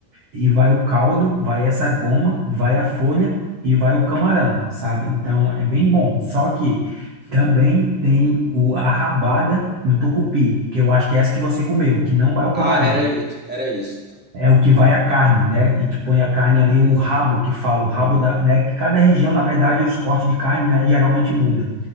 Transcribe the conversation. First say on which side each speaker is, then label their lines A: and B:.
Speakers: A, on the right; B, in the centre.
A: e vai o caldo, vai essa goma, vai a folha e vai o camarão, sabe? Então é bem bom. Só que também tem o, a rabada no tucupi, que eu acho que é essa que você comeu, que não vai o camarão.
B: Ah, era isso, era isso, então.
A: É o que vai a carne, né? E te põe a carne ali, o rabo que fala, o rabo da, né? Que cada região, na verdade, os cortes de carne, né, geralmente muda.